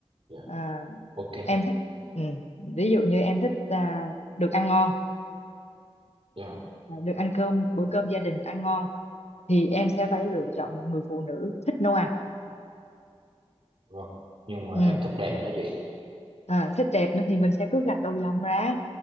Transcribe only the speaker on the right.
dạ
ok
dạ
vâng nhưng mà
em thích đẹp nữa chị